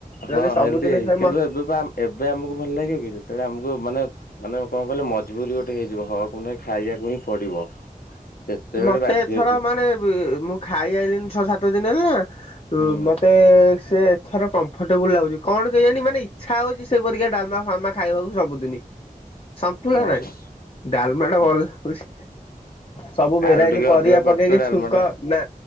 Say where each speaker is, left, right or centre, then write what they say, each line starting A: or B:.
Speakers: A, on the left; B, on the left.
A: ଯଦି
B: ହଁ
A: ସବୁଦିନ
B: ହେଲଦି
A: ଖାଇ
B: କିନ୍ତୁ
A: ମ
B: ଏବେ ପା ଏବେ ଆମକୁ ଭଲ ଲାଗିବ କି ଯେତେବେଳେ ଆମକୁ ମାନେ ମାନେ କଣ କହିଲ ମଜବୁରୀ ଗୋଟେ ହେଇଯିବ ହଁ ପୁଣି ଖାଇବାକୁ ହିଁ ପଡିବ। ସେତେବେଳେ
A: ମତେ
B: ବାଧ୍ୟ
A: ଏଥର
B: ହେଇକି
A: ମାନେ ମୁଁ ଖାଇ ଆଇଲିିନି ଛଅ ସାତ ଦିନ ହେଲା। ହଁ
B: ହୁଁ
A: ମତେ। ସେ ଏଥର କମ୍ଫର୍ଟେବୁଲ ଲାଗୁଛି କଣ କେଜାଣି ମାନେ ଇଚ୍ଛା ହଉଛି ସେ ପରିକା ଡାଲମା ଫାଲମା ଖାଇବାକୁ ସବୁଦିନି। ସନ୍ତୁଳା
B: ହଁ
A: ନାଇଁ
B: ହଁ
A: ଡଲମାଟା
B: ହଁ
A: ଭଲ ଲାଗୁଚି। ସବୁ ଭେରାଇଟି
B: ଆଳୁ ଟିକେ
A: ପରିବା
B: ଅଧିକ ପଡିଥିଲା
A: ପକେଇକି
B: ଡାଲମା
A: ଛୁଙ୍କ
B: ଟା
A: ନା।